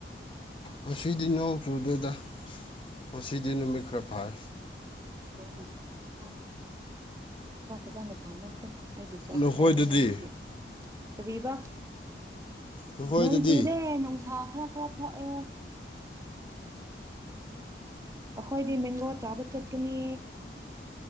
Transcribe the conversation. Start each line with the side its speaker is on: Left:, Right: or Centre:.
Left: ꯉꯁꯤꯗꯤ ꯅꯣꯡ ꯆꯨꯗꯗ ꯉꯁꯤꯗꯤ ꯅꯨꯃꯤꯠ ꯈꯔ ꯐꯥꯔ
Right: <unintelligible> ꯈꯔ ꯐꯖꯅ ꯐꯥꯝꯃꯁꯦ ꯑꯩꯗꯤ ꯄꯣꯠ
Left: ꯅꯈꯣꯏꯗꯗꯤ
Right: ꯇꯥꯡꯉꯦ ꯑꯗꯨꯒꯤ ꯀꯔꯤꯕ
Left: ꯅꯈꯣꯏꯗꯗꯤ
Right: ꯅꯣꯡ ꯆꯨꯨꯔꯦ ꯅꯨꯡꯁꯥ ꯈꯔ ꯈꯔ ꯊꯣꯛꯑꯦ ꯑꯩꯈꯣꯏꯗꯤ ꯃꯦꯡꯒꯣ ꯆꯥꯕ ꯆꯠꯀꯅꯤ